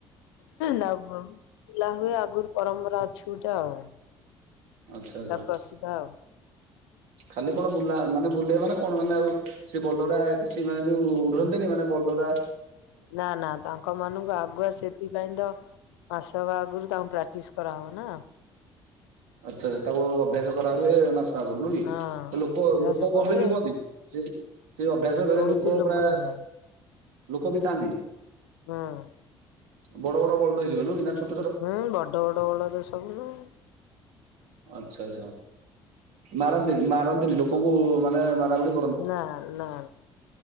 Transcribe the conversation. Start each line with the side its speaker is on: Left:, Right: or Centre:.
Left: ତା ବୁଲା ହୁଏ, ଆଗରୁ ପରମ୍ପରା ଅଛି ଗୋଟେ ଆଉ।
Right: ଆଚ୍ଛା ଆଚ୍ଛା
Left: ପ୍ରସିଦ୍ଧ ଆଉ
Right: ଖାଲି କଣ ବୁଲା ମାନେ ବୁଲେଇ ମାନେ କଣ? ମାନେ ଆଉ ସେ ବଳଦ ଗୁଡ଼ା ସେମାନେ ଯୋଉ ବୁଲନ୍ତିନି ମାନେ ପୁରା
Left: ନା ନା ତାଙ୍କ ମାନଙ୍କୁ ଆଗୁଆ ସେ ସେଥିପାଇଁ ତ ମାସକ ଆଗରୁ ତାଙ୍କୁ ପ୍ରାକ୍ଟୀସ କରାହବ ନା।
Right: ଆଚ୍ଛା ଆଛା ତାକୁ ଅଭ୍ୟାସ କରା ହୁଏ ମା କରୁନୁ କି
Left: ହଁ
Right: ଲୋକ
Left: ଅଭ୍ୟାସ
Right: ଲୋକ ଗହଳି
Left: କଲେ
Right: ବି କୁହନ୍ତି ସେ ସେ ଅଭ୍ୟାସ ବେଳେ
Left: ବହୁତ
Right: ଲୋକ ପୁରା
Left: ହଁ
Right: ଲୋକ ବି ଥାଆନ୍ତି
Left: ହଁ
Right: ବଡ଼ ବଡ଼ ବଳଦ ହେଇଥିବ। ନୁହଁ ନା ଛୋ
Left: ହୁଁ ବଡ଼ ବଡ଼ ବଡ଼ ତ ସବୁନୁ
Right: ଆଚ୍ଛା ଆଚ୍ଛା ମାରନ୍ତିନି ମାରନ୍ତିନି ଲୋକଙ୍କୁ ମାନେ ମରା ମରି
Left: ନା ନା